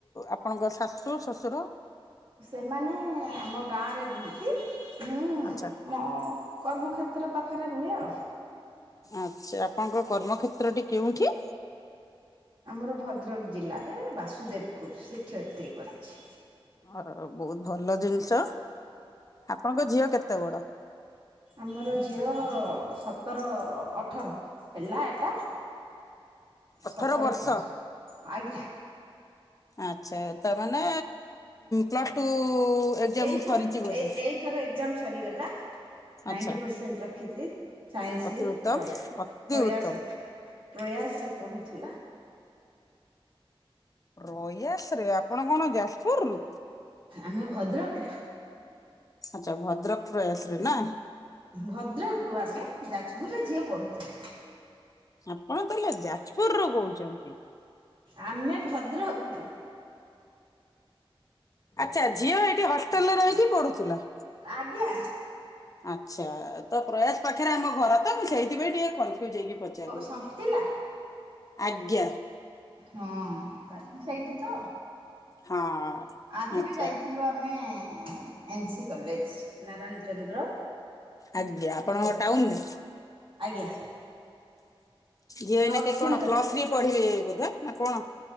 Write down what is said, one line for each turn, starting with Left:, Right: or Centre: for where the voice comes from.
Left: ଆପଣଙ୍କ ଶାଶୁ, ଶ୍ୱଶୁର?
Right: ସେମାନେ-ଏ ଆମ ଗାଁରେ ରୁହନ୍ତି। ହୁଁ
Left: ଆଚ୍ଛା।
Right: ମୋ କର୍ମକ୍ଷେତ୍ର ପାଖରେ ରୁହେ ଆଉ।
Left: ଆଚ୍ଛା ଆପଣଙ୍କ କର୍ମକ୍ଷେତ୍ରଟି କେଉଁଠି?
Right: ଆମର ଭଦ୍ରକ ଜିଲ୍ଲାରେ ବାସୁଦେବପୁର ଶିକ୍ଷୟିତ୍ରୀ କରୁଛି।
Left: ହ ବହୁତ ଭଲ ଜିନିଷ ଆପଣଙ୍କ ଝିଅ କେତେ ବଡ?
Right: ଆମର ଝିଅ ସତର ଅଠର ହେଲା ଏଟା।
Left: ଅଠର
Right: ସତର
Left: ବର୍ଷ।
Right: ପ୍ଲସ୍ ଆଜ୍ଞା।
Left: ଆଛା ତା ମାନେ ପ୍ଲସ ଟୁ। ଏକ୍ଜାମ
Right: ଏଇଥର
Left: ସରିଛି ବୋଧେ?
Right: ଏ ଏଇଥର ଏକଜାମ ସରିଗଲା। ନାଇଣ୍ଟି
Left: ଆଚ୍ଛା
Right: ପରସେଣ୍ଟ ରଖିଛି ସାଇନ୍ସରେ
Left: ଅତି ଉତ୍ତମ
Right: ପ୍ରୟା
Left: ଅତି
Right: ପ୍ରୟାସ।
Left: ଉତ୍ତମ।
Right: ପ୍ରୟାସରେ ପଢ଼ୁଥିଲା।
Left: ପ୍ରୟାସରେ ଆପଣ କଣ ଯାଜପୁରରୁୁ?
Right: ଆମେ ଭଦ୍ରକ।
Left: ଆଚ୍ଛା ଭଦ୍ରକ ପଲେଇଆସିଲେ ନା।
Right: ଭଦ୍ରକରୁ ଆମେ ଯାଜପୁରରେ ଝିଅ ପଢ଼ୁଥିଲା।
Left: ଆପଣ ତା ହେଲେ ଯାଜପୁରରୁୁ କହୁଛନ୍ତି।
Right: ଆମେ ଭଦ୍ରକ।
Left: ଆଚ୍ଛା ଝିଅ ଏଇଠି ହଷ୍ଟେଲ ରେ ରହିକି ପଢୁଥିଲା।
Right: ଆଜ୍ଞା।
Left: ଆଚ୍ଛା ତ ପ୍ରୟାସ ପାଖରେ ଆମ ଘର ତ ମୁଁ ସେଇଥିପାଇଁ ଟିକେ କନଫ୍ୟଜ୍ ହେଇକି। ପଚାରିଲି
Right: ସନ୍ତିଲା
Left: ଆଜ୍ଞା।
Right: ହଁ ଫାଷ୍ଟ ସେଇଠି ତ।
Left: ହଁ
Right: ଆଜି
Left: ଆଚ୍ଛା।
Right: ବି ଯାଇଥିଲୁ ଆମେ ଏନ୍ ସି କଲେଜ୍। ନାରଣଚନ୍ଦ୍ର
Left: ଆଜ୍ଞା ଆପଣଙ୍କ
Right: ଚ
Left: ଟାଉନରେ
Right: ଆଜ୍ଞା।
Left: ଝିଅ
Right: ନରସିଂହ
Left: ଏଇନା କେ କଣ ପ୍ଲସ ଥ୍ରୀ ପଢିବେ ବୋଧ ନା କଣ?